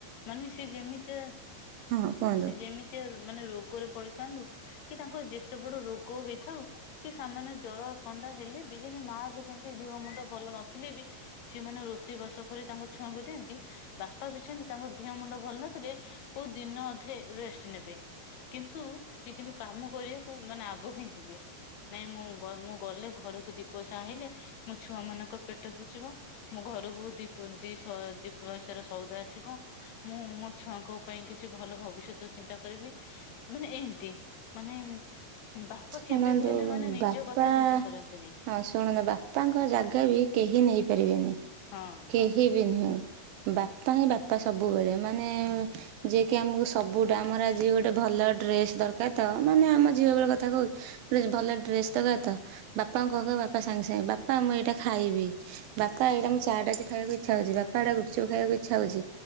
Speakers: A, on the left; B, on the right.
A: ମାନେ ସେ ଯେମିତିଆ
B: ହଁ କୁହନ୍ତୁ।
A: ସେ ଯେମିତିଆ ରୋଗରେ ପଡିଥାନ୍ତୁ କି ତାଙ୍କର ଯେତେ ବଡ ରୋଗ ହେଇଥାଉ କି ସେମାନେ ଜର ଥଣ୍ଡା ହେଲେ ବି ଯେମତି ମା ବି କେମତି ଦିହ ମୁଣ୍ଡ ଭଲ ନଥିଲେ ବି ସେମାନେେ ରୋଷେଇ ବାସ କରି ତାଙ୍କ ଛୁଆଁଙ୍କୁ ଦିଅନ୍ତି ବାପା ବି ସେମତି ତାଙ୍କ ଦେହ ମୁଣ୍ଡ ଭଲ ନଥିଲେ, କୋଉ ଦିନ ଅଧେ ରେଷ୍ଟ ନେବେ କିନ୍ତୁ ସିଏ କିନ୍ତୁ କାମ କରିବାକୁ ମାନେ ଆଗ ହିଁ ଯିବେ । ନାଇଁ ମୁଁ ମୁଁ ଗଲେ ଘରକୁ ଦି ପଇସା ଆଇଲେ, ମୋ ଛୁଆ ମାନଙ୍କ ପେଟ ପୋଷିବ‌। ମୋ ଘରକୁ ଦି ଦି ଦି ପଇସାର ସଉଦା ଆସିବ । ମୁଁ ମୋ ଛୁଆଙ୍କ ପାଇଁ କିଛି ଭଲ ଭବିଷ୍ୟତ ଚିନ୍ତା କରିବି, ମାନେ ଏମିତି ମାନେ ବାପା
B: ଶୁଣନ୍ତୁ
A: କେବେ ବି ହେଲେ ମାନେ ନିଜ
B: ବାପା
A: କଥା ଚିନ୍ତା କରନ୍ତିନି।
B: ହ ଶୁଣନ୍ତୁ ବାପାଙ୍କ ଜାଗା ବି କେହି ନେଇ ପାରିବେନି।
A: ହଁ
B: କେହି ବି ନୁହଁ। ବାପା ହିଁ ବାପା ସବୁବେଳେ ମାନେ ଯିଏକି ଆମକୁ ସବୁଟା ଆମର ଆଜି ଗୋଟେ ଭଲ ଡ୍ରେସ ଦରକାର, ତ ମାନେ ଆମ ଝିଅ ବେଳ କଥା କହୁଛି। ଗୋଟେ ଭଲ ଡ୍ରେସ ଦବା ତ ବାପାଙ୍କୁ କହୁକହୁ ବାପା ସାଙ୍ଗେ ସାଙ୍ଗେ ବାପ୍ ବାପା ମୁଁ ଏଇଟା ଖାଇବି । ବାପା ଏଇଟା ମୁଁ ଚାଟ ଖାଇବାକୁ ଇଛା ହଉଛି । ବାପା ଏଟା ଗୁପଚୁପ ଖାଇବାକୁ ଇଚ୍ଛା ହଉଛି।